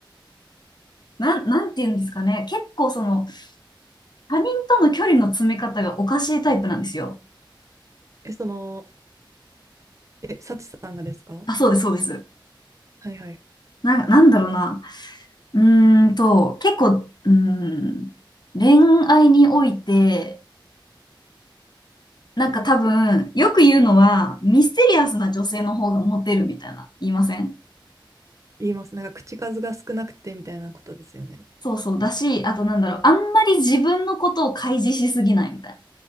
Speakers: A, on the left (about 55°); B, on the right (about 35°).
A: なん、なんて言うんですかね、結構その、他人との距離の詰め方がおかしいタイプなんですよ。
B: え、その、え、サチさんがですか
A: あ、そうです、そうです。
B: はいはい。
A: な、なんだろうな、うーんと、結構、うーん、恋愛において、なんか多分、よく言うのは、ミステリアスな女性の方がモテるみたいな、言いません
B: 言います。なんか口数が少なくてみたいなことですよね。
A: そうそう。だし、あとなんだろう、あんまり自分のことを開示しすぎないみたいな。